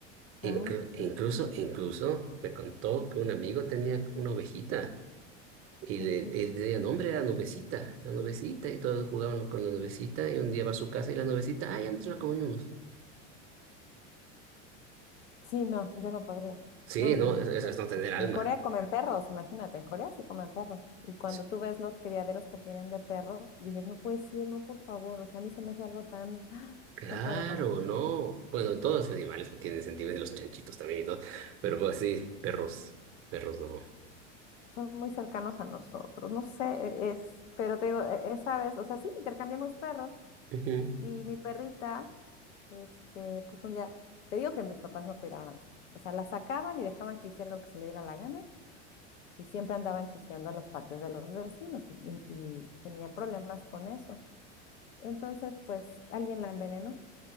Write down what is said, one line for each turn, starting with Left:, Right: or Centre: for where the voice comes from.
Right: Inclu-
Left: ay,
Right: incluso,
Left: sí.
Right: incluso me contó que un amigo tenía una ovejita y
Left: ujú.
Right: le, y le tenía nombre, era Nubecita, la Nubecita, y todos jugaban con la Nubecita y un día va a su casa y la Nubecita, ah, ya nos la comimos.
Left: Sí, no, yo no podría.
Right: Sí,
Left: No,
Right: no,
Left: no, no.
Right: es- eso es no tener alma.
Left: En Corea comen perros, imagínate, en Corea sí comen perros. Y cuando
Right: S-
Left: tú ves los criaderos que tienen de perros, dices, no puedes ir, no, por favor. O sea, a mí se me hace algo tan, <gasps>
Right: Claro,
Left: no puedo con eso.
Right: no. Bueno, todos los animales tienen sentimientos, los chanchitos también y todo, pero pues sí, perros, perros no.
Left: Son muy cercanos a nosotros, no sé, e- es, pero te digo, e- esa vez, o sea, sí, intercambiamos perros
Right: Ujú.
Left: y mi perrita, este, pues un día, te digo que mis papás no cuidaban a los perros. O sea, la sacaban y dejaban que hiciera lo que se le diera la gana. y siempre andaba ensuciando los patios de los vecinos y, y- tenían problemas con eso. Entonces, pues alguien la envenenó,